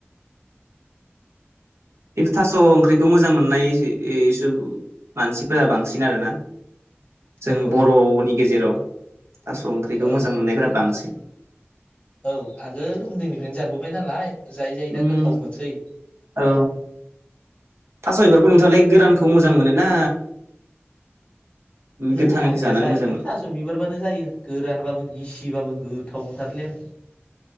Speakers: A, on the right; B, on the left.
A: खिन्थु थास ओंख्रिखौ मोजां मोननायस मानसिफोरा बांसिन आरोना
B: औ
A: जोंनि बरनि गेजेराव थास ओंख्रिखौ
B: औ
A: मोजां मोननायफोरा बांसिन
B: औ आगोल उन्दैनिफ्रायनो जाबोबाय नालाय जायै जायै
A: उम
B: दा गोथाव मोनसै
A: औ थास' बेफोरखौ नोंथाङालाय गोरानखौ मोजां मोनो ना गोथाङैखौ
B: ओइ आंनिया
A: जानानै
B: जायोलै
A: मोजां मोनो
B: थास' बिबारबानो जायो गोरानबाबो गिसिबाबो गोथाव मोनथारलै आं <inaudible>